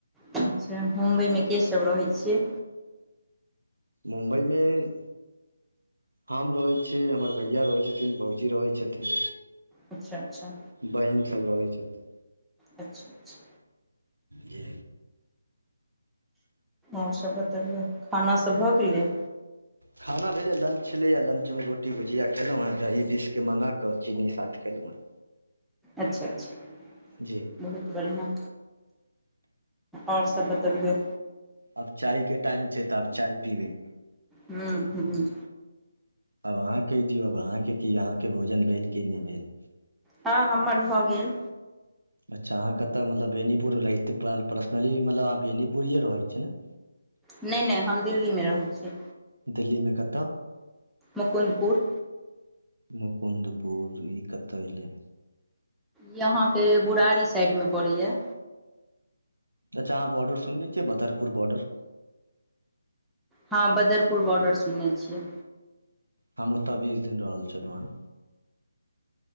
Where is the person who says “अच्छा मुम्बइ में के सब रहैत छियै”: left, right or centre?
Centre